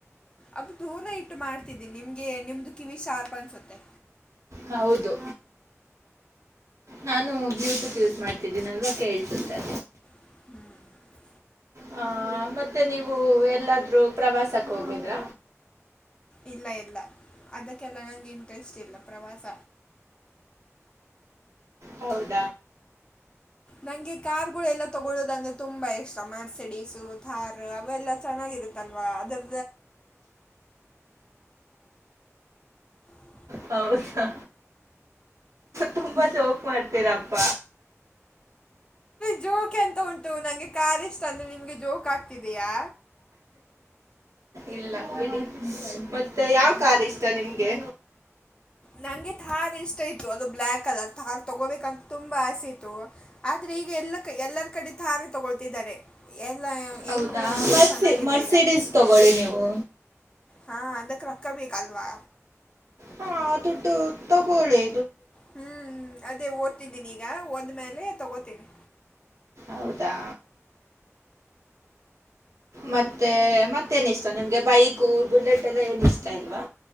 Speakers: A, on the left; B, on the right.
A: ಅದು ತೂನ ಇಟ್ಟು ಮಾಡ್ತಿದ್ದೀನಿ ನಿಮ್ಗೆ ನಿಮ್ದು ಕಿವಿ ಶಾರ್ಪ್ ಅನ್ಸುತ್ತೆ
B: ಹೌದು ನಾನು ಬ್ಲೂಟೂತ್ ಯೂಸ್ ಮಾಡ್ತಿದ್ದೀನಲ್ವಾ ಕೇೇಳಸುತ್ತೆ
A: ಹ್ಮ್
B: ಹ ಹ ಮತ್ತೆ ನೀವು ಎಲ್ಲಾದ್ರೂ ಪ್ರವಾಸಕ್ಕೆ ಹೋಗಿದ್ರ
A: ಇಲ್ಲ ಇಲ್ಲ ಅದಕ್ಕೆಲ್ಲ ನಂಗೆ ಇಂಟ್ರೆಸ್ಟ್ ಇಲ್ಲ ಪ್ರವಾಸ
B: ಹೌದು
A: ನಂಗೆ ಕಾರುಗಳು ಎಲ್ಲ ತಗೊಳ್ಳುದು <unintelligible> ತುಂಬಾ ಇಷ್ಟ ಮರ್ಸಿಡಿಸು ಥಾರ್ ಅವೆಲ್ಲಾ ಚೆನ್ನಾಗಿರುತ್ತಲ್ವಾ ಅದ್ರ <inaudible>
B: ಹೌದಾ ತುಂಬಾ ಚೋಕ್ ಮಾಡ್ತೀರಪ್ಪ
A: ಜೋ <inaudible> ಯಕೆ ಅಂತ ಉಂಟು ನಂಗೆ ಕಾರ್ ಇಷ್ಟ ಅಂದ್ರೆ ನಿಮ್ಗೆ ಜೋಕ್ ಆಗ್ತಿದಯಾ
B: ಇಲ್ಲ ಬಿಡಿ ಮತ್ತೆ ಯಾವ ಕಾರು ಇಷ್ಟ ನಿಮ್ಗೆ
A: ನಂಗೆ ತಾರ್ ಇಷ್ಟ ಇತ್ತು ಅದು ಬ್ಲ್ಯಾಕ್ ಕಲರ್ ತಾರ್ ತಗೋಬೇಕಂತ ತುಂಬಾ ಆಸೆ ಇತತ್ತು ಆದ್ರೆ ಈಗ ಎಲ್ಲ ಕ ಎಲ್ಲರ ಕಡೆ ಟಾರ್ ತಗೊಳ್ತಿದ್ದಾರೆ ಎಲ್ಲ
B: ಹೌದಾ
A: ಏನು ಅದು
B: ಮರ್ಸಿ
A: ಚೆನ್ನಾಗಿಲ್ಲ
B: ಮರ್ಸಿಡೀಸ್
A: ಈಗ
B: ತಗೊಳ್ಳಿ ನೀವು
A: ಹಾ ಅದಕ್ ರೊಕ್ಕ ಬೇಕಲ್ವಾ
B: ಹಾ ದುಡ್ಡು ತಗೊಳ್ಳೊಳ್ಳಿ
A: ಹ್ಮ್ ಅದೇ ಓದ್ತಿದ್ದೀನಿ ಈಗ ನಾವು ಹೋದಮೇಲೆ ತಗೋತೀನಿ
B: ಹೌದಾ ಮತ್ತೆ ಮತ್ತೇನ್ ಇಷ್ಟ ನಿಮ್ಗೆ ಬೈಕ್ ಬುಲ್ಲಟ್ ಎಲ್ಲ ಏನ್ ಇಷ್ಟ ಇಲ್ವಾ